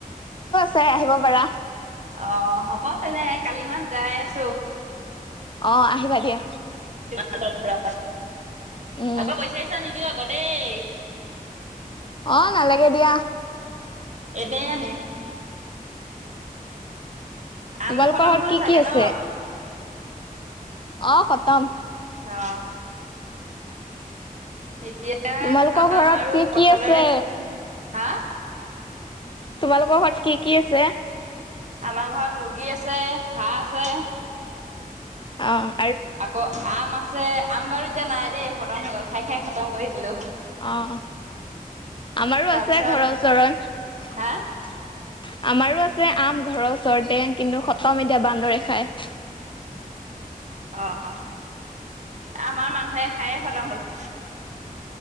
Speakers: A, on the left (about 35°); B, on the right (about 50°).
A: চাই আহিব পাৰা।
B: অহ হ'ব তেনে কালি মান যায় আছো।
A: অহ আহিবা দিয়া।
B: তোমালোকৰ ঘৰত
A: উম
B: আকৌ পইচা পইচা নিদিওঁ আকৌ দেই।
A: অহ নালাগে দিয়া।
B: এনেই আনিম। আম
A: তোমালোকৰ
B: খতম
A: ঘৰত
B: হ'ল
A: কি
B: চাগে
A: কি আছে?
B: ন
A: অ খতম।
B: অ এতিয়া
A: তোমালোকৰ ঘৰত
B: আম আৰু
A: কি কি
B: কঠালৰে
A: আছে
B: চিজন হা
A: তোমালোকৰ ঘৰত কি কি আছে
B: আমাৰ ঘৰত মুৰ্গী আছে হাঁহ আছে
A: আহ
B: আকৌ আম আছে আম বাৰু এতিয়া নাই দেই খতম হৈ গল খাই খাই খতম কৰি দিলো
A: অহ আমাৰো
B: তাৰপিছত
A: আছে ঘৰৰ ওচৰত
B: হা
A: আমাৰো আছে আম ঘৰৰ ওচৰতে কিন্তু খতম এতিয়া বান্দৰে খায় <unintelligible>
B: অহ আমাৰ মানুহে খায়ে খতম হ'ল